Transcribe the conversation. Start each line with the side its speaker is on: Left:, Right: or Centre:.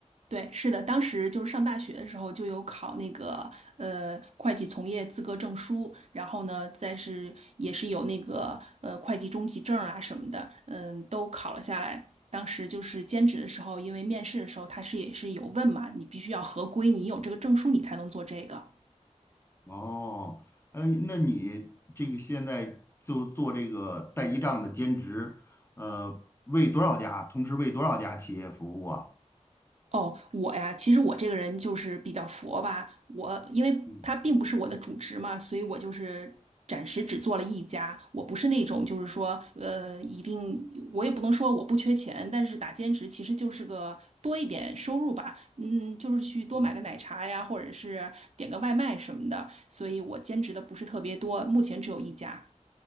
Right: 对，是的，当时就是上大学的时候就有考那个呃会计从业资格证书，然后呢，再是也是有那个呃会计中级证啊什么的，嗯，都考了下来。当时就是兼职的时候，因为面试的时候他是也是有问嘛，你必须要合规，你有这个证书你才能做这个。
Left: 哦，哎，那你这个现在就做这个代记账的兼职，呃，为多少家，同时为多少家企业服务啊？
Right: 哦，我呀，其实我这个人就是比较佛吧。我因为它并不是我的主职嘛，
Left: 嗯。
Right: 所以我就是暂时只做了一家。我不是那种就是说，呃，一定我也不能说我不缺钱，但是打兼职其实就是个多一点收入吧。嗯，就是去多买个奶茶呀，
Left: 嗯
Right: 或者是点个外卖什么的。所以我兼职的不是特别多，目前只有一家。